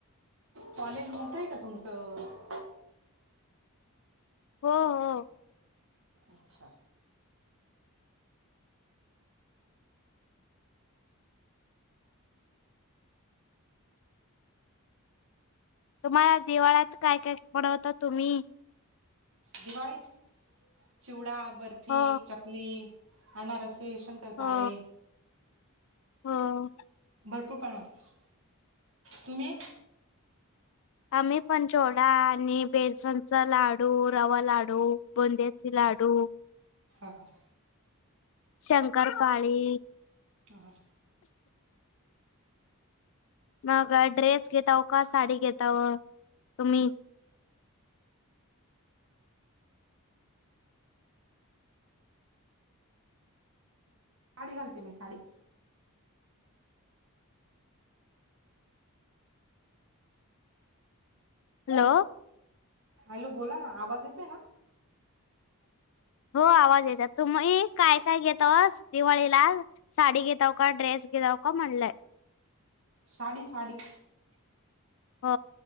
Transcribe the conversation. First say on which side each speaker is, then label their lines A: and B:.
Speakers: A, on the right (about 60°); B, on the left (about 60°).
A: कॉलेज मोठंय का तुमचं?
B: हो हो.
A: अच्छा
B: तुम्हाला दिवाळ्यात काय काय बनवता तुम्ही
A: दिवाळीत चिवडा, बर्फी,
B: हो
A: चकली, अनारसे, शंकर
B: हो
A: पाळे
B: हो.
A: भरपूर बनवतो. तुम्ही?
B: आम्हीं पण चोवडा आणि बेसनचा लाडू, रवा लाडू. बुंदयाचे लाडू.
A: हा, हा.
B: शंकरपाळी.
A: ह, हा.
B: मग ड्रेस घेताव का साडी घेताव तुम्हीं?
A: साडी घालते, मी साडी.
B: हॅलो.
A: हॅलो बोला ना, आवाज येतोय ना?
B: हो आवाज येत्यात, तुम्हीं काय -काय घेतोस दिवाळीला? साडी घेताव का, ड्रेस घेताव का म्हणलंय.
A: साडी, साडी.
B: हो,